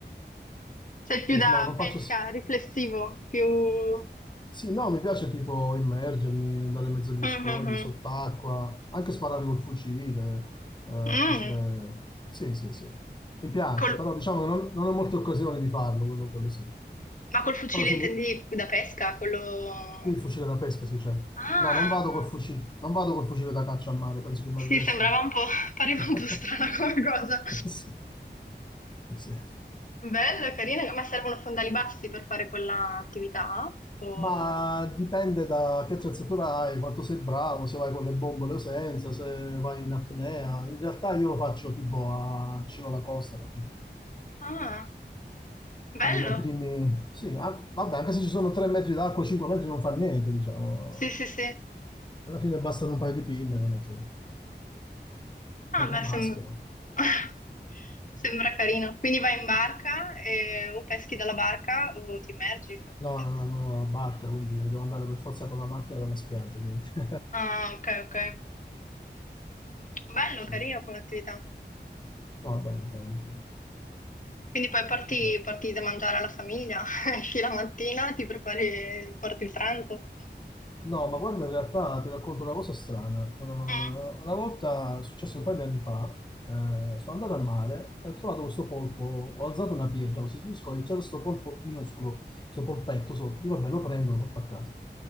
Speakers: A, on the left (about 45°); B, on the left (about 25°).
A: Sei più
B: Sì,
A: da
B: no, non
A: pesca,
B: faccio... s-
A: riflessivo, più...
B: Sì, no, mi piace tipo immergermi, andare in mezzo agli
A: Mhm.
B: scogli,
A: mhm.
B: sott'acqua, anche sparare col fucile, eh,
A: Mm,
B: fucile... Sì, sì, sì. Mi piace,
A: col-
B: però diciamo non, non ho molte occasioni di farlo, quello, quello sì.
A: ma col fucile
B: Però sì,
A: intendi
B: mi-
A: da pesca? Quello...
B: Sì, il fucile da pesca, sì, c'è.
A: Ah,
B: No, non vado col fucile, non vado col fucile da caccia a mare, penso che mi
A: sì,
B: arrestano.
A: sembrava un po', <laughs> pareva
B: <laughs>
A: un po' strana come cosa.
B: Sì. Sì.
A: Bella, carina, ma servono fondali bassi per fare quella attività? O-
B: Ma dipende da che attrezzatura hai, quanto sei bravo, se vai con le bombole o senza, se vai in apnea. In realtà io lo faccio tipo a vicino alla costa, capito?
A: Ah, bello.
B: Quindi nei primi... Sì, ah, vabbè, anche se ci sono 3 metri d'acqua, 5 metri non fa niente, diciamo.
A: Sì, sì, sì.
B: Alla fine bastano un paio di pinne, non è che...
A: Ah,
B: È una
A: beh,
B: maschera.
A: sem- <laughs> sembra carino. Quindi vai in barca e- o peschi dalla barca o ti immergi fondamentalmente.
B: No, no, no, no, no, la barca, quindi devo andare per forza con la macchina dalla spiaggia, quindi. <laughs>
A: Ah, ok, ok. Bello,
B: Sì.
A: carino come attività.
B: No, è bello, bello, molto bello,
A: Quindi poi
B: molto
A: porti,
B: bello.
A: porti da mangiare alla famiglia, <laughs> esci la mattina, ti prepari, porti il pranzo.
B: No, ma guarda, in realtà ti racconto una cosa strana. Una,
A: Mm.
B: una volta, è successo un paio di anni fa, eh, sono andato al mare e ho trovato questo polpo, ho alzato una pietra, mi sono scordato, c'era questo polpo minuscolo, questo polpetto sotto, dico, vabbè, lo prendo, lo porto a casa.